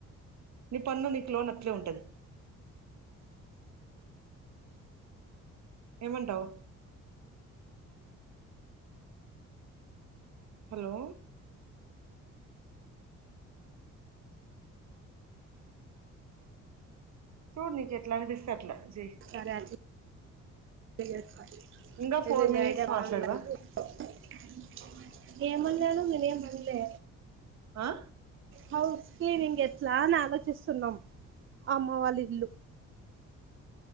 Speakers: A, on the right; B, on the right.
A: నీ పన్ను నీకు లోన అట్లే ఉంటది. ఏమంటవు. హలో చూడు నీకట్లా అనిపిస్తే అట్లా చెయ్
B: సరే <unintelligible>
A: ఇంకా ఫోర్ మినిట్స్ మాట్లాడవా
B: ఏమన్నాను నేను ఏమన్లే
A: ఆ
B: హౌస్ క్లీనింగ్ ఎట్లా అని ఆలోచిస్తుస్తున్నాం. అమ్మ వళ్ళ ఇల్లు